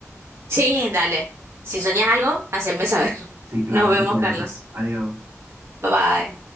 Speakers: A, on the right; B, on the right.
A: Sí, dale. Si soñas algo, haceme saber. <laughs>
B: Sí, claro,
A: Nos vemos,
B: te cuento.
A: Carlos.
B: Adiós.
A: Bye bye.